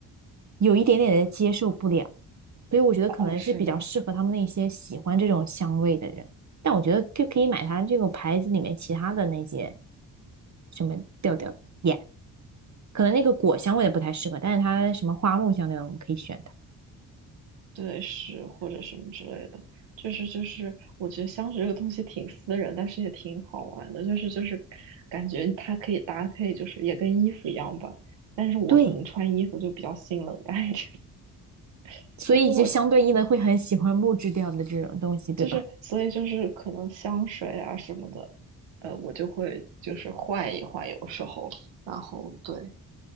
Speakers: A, on the right; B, on the right.
A: 有一点点的接受不了，所以我觉得可能是比较适合他们那些喜欢这种香味的人，
B: 哦，是吗？
A: 但我觉得就可以买它这个牌子里面其他的那些什么调调。耶、可能那个果香味的不太适合，但是它什么花木香那种我们可以选它。
B: 对，是或者什么之类的，就是就是，我觉得香水这个东西挺私人，但是也挺好玩的，就是就是感觉它可以搭配，就是也跟衣服一样吧。但是我可能穿衣服就比较性冷淡一点，
A: 对，
B: <laughs>
A: 所以就相对应的会很喜欢木质调的这种东西，
B: 所以我就
A: 对吧？
B: 就是所以就是可能香水啊什么的，呃，我就会就是换一换，有时候，然后对，